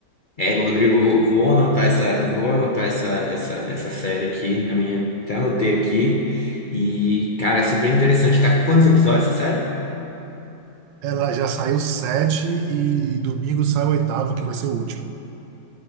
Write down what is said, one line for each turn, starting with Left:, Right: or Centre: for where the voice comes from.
Left: É, Rodrigo, vou, vou anotar essa, eu vou anotar essa, essa, essa série aqui na minha. Até anotei aqui. E, cara, é super interessante. Tá com quantos episódios essa série?
Right: Ela já saiu sete e domingo sai o oitavo, que vai ser o último.